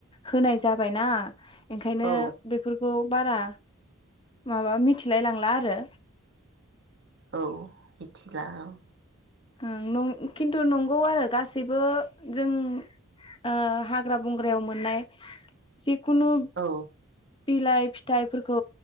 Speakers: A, on the left; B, on the right.
A: होनाय जाबायना ओंखायनो
B: औ
A: बेफोरखौ बारा माबा मिथिलाय लांला आरो
B: औ मिथिला ओं
A: ओं नं खिन्थु नंगौ आरो गासैबो जों ओ हाग्रा बंग्रायाव मोननाय जि खुनु
B: औ
A: बिलाइ फिथाइफोरखौ